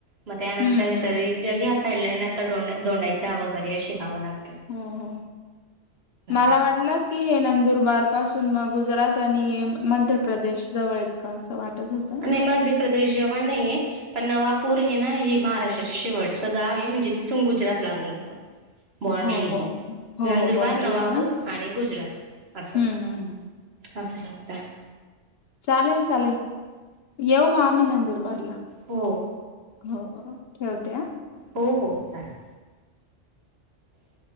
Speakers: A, on the right; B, on the left.
A: मग त्यानंतर
B: हम्म
A: हे
B: हम्म.
A: तरी जर या साईडला ना दोंडा- दोंडाईचा वगैरे अशी गाव लागतं
B: हं हं.. मला
A: आहे
B: वाटलं की हे नंदुरबार पासून मग गुजरात आणि अ मध्यप्रदेश जवळ आहेत का असं वाटत होतं.
A: नाही मध्यप्रदेश जवळ नाही आहे पण नवापूर हे ना हे महाराष्ट्राच्या शेवटचं गाव आहे म्हणजे तिथून गुजरात लागून जातं. बाउंड्री
B: हो हो हो
A: नंदुरबार,
B: हो बाॉंड्री
A: नवापूर
B: आहे ना
A: आणि गुजरात असं
B: हम्म हम्म
A: असं लागता
B: चालेल -चालेल येवू म आम्ही नंदूर बारला,
A: हो
B: हो -हो ठेवते हा.
A: हो, हो चालेल. <inaudible>